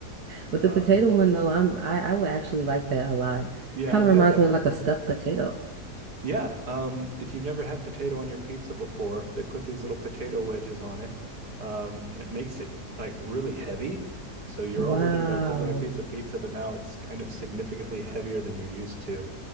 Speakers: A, on the right (about 70°); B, on the right (about 80°).
A: But
B: Uh,
A: the potato one though, I'm I, I would actually like that a lot.
B: yeah,
A: Kind
B: I've
A: of
B: had
A: reminds
B: that
A: me of
B: before.
A: like a stuffed potato.
B: Yeah, um, if you've never had potato on your pizza before, they put these little potato wedges on it, um, and it makes it like really heavy. So you're
A: Wow.
B: already like holding a piece of pizza, but now it's kind of significantly heavier than you're used to.